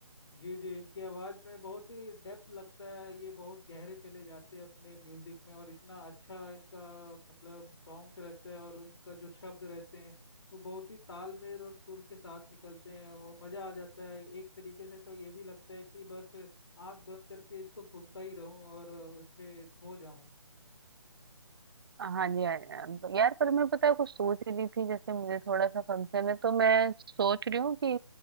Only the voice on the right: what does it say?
हाँ जी हाँ जी, हाँ। यार पर मैं पता है कुछ सोच ही रही थी जैसे मुझे थोड़ा सा फंक्शन है तो मैं सोच रही हूँ कि